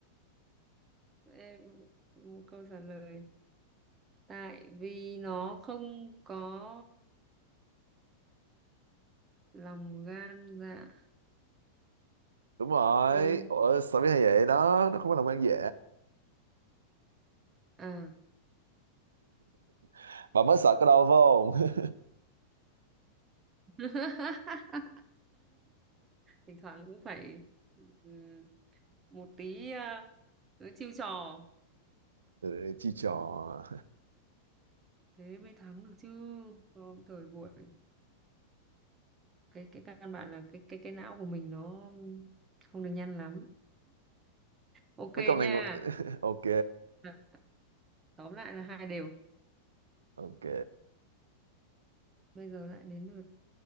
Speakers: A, on the right; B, on the right.
A: Ê, một câu trả lời tại vì nó không có lòng gan dạ
B: đúng rồi
A: đi
B: ủa sao biết hay vậy đó nó không phải là quan dễ
A: à
B: <laughs> bà mới sợ cái đâu phải không
A: <laughs> thỉnh thoảng cũng phải ừm, một tí à, ừ, chiêu trò
B: <laughs> ừ, chi trò
A: thế mới thắng được chứ còn thời buổi cái cái căn bản là cái cái cái não của mình nó không được nhanh lắm ok
B: mấy câu này
A: nha
B: <laughs> ok
A: À, tóm lại là hai đều
B: ok
A: bây giờ lại đến lượt